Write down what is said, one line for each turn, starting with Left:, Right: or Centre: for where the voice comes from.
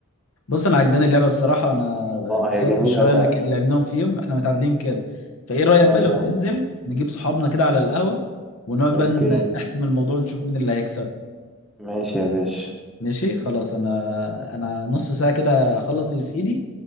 Left: بص انا عجباني اللعبه بصراحه وانا
Centre: اه
Left: اتبسطت
Centre: هي جميلة
Left: بالشويه
Centre: فعلا
Left: اللي ك- لعبناهم فيهم احنا متعادلين كده فايه رايك
Centre: اه
Left: بقى
Centre: يا
Left: لو
Centre: باشا
Left: ننزل نجيب صحابنا كده على القهوه ونقعد
Centre: اوكي
Left: بقى ن- نحسم الموضوع ونشوف مين اللي هيكسب
Centre: ماشي يا باشا
Left: ماشي خلاص انا انا نص ساعه كده اخلص اللي في ايدي